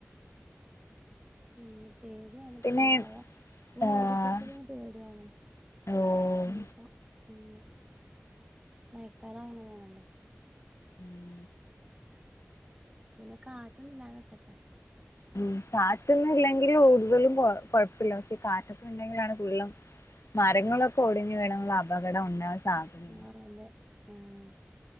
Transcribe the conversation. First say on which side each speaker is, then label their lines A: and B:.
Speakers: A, on the right; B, on the left.
A: പിന്നെ പേടിയാണ് ഇപ്പൊ
B: പിന്നെ
A: മയ ഈ
B: ഏഹ്
A: മൂടിക്കെട്ടലനെ പേടയാണ്
B: ഓഹ്
A: ഇനിയിപ്പോ ഉം മയക്കാലയാ അങ്ങനെണല്ലോ
B: ഉം
A: പിന്നെ കാറ്റൊന്നുല്ലാതെ നിക്കട്ടെ
B: ഉം കാറ്റൊന്നും ഇല്ലെങ്കിലും കൂടുതലും കൊ കൊഴപ്പല്ല പക്ഷെ കാറ്റൊക്കെ ഉണ്ടെങ്കിലാണ് വെള്ളം മരങ്ങളൊക്കെ ഒടിഞ്ഞു വീണുള്ള അപകടം ഉണ്ടാവാൻ സാധ്യത
A: ആഹ് അതെ ആഹ്